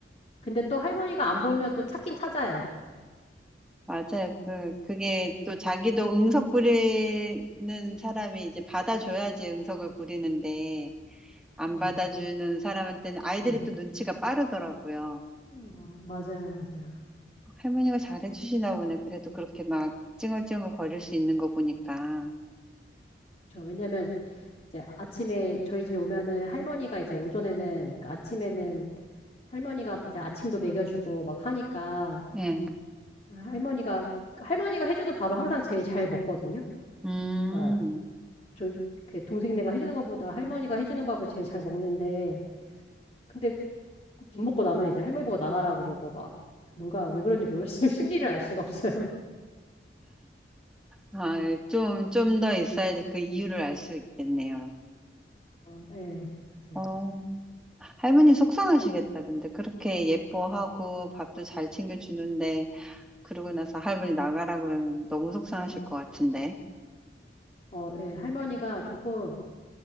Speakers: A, on the left (about 35°); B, in the centre.
A: 근데 또 할머니가 안 보이면 또 찾긴 찾아요.
B: 맞아요. 그, 그게 또 자기도 응석 부리는 사람이 이제 받아줘야지 응석을 부리는데 안
A: 네.
B: 받아주는 사람한테는 아이들이
A: 음.
B: 또 눈치가 빠르더라고요.
A: 어, 맞아요, 맞아요.
B: 할머니가 잘해주시나 보네. 그래도 그렇게 막 찡얼찡얼 거릴 수 있는 거 보니까.
A: 저 왜냐면 이제 아침에 저희 집에 오면은 할머니가 이제 오전에는 그러니까 아침에는 할머니가 이제 아침도 먹여주고 막 하니까
B: 예.
A: 아, 할머니가 할머니가 해주는 밥을 항상 제일 잘 먹거든요.
B: 음.
A: 그러니까 저그 동생네가 해주는 것보다 할머니가 해주는 밥을 제일 잘 먹는데 근데 밥 먹고 나면 이제 할머니 보고 나가라 그러고 막 뭔가 왜 그런지 모르겠어요. <laughs> 심리를 알 수가 없어요.
B: 아, 좀, 좀 더 있어야지 그 이유를 알 수 있겠네요.
A: 어, 예, 맞아요.
B: 어, 할머니 속상하시겠다. 근데 그렇게 예뻐하고 밥도 잘 챙겨주는데, 그러고 나서 할머니 나가라 그러면 너무 속상하실 것 같은데.
A: 어, 예, 할머니가 조금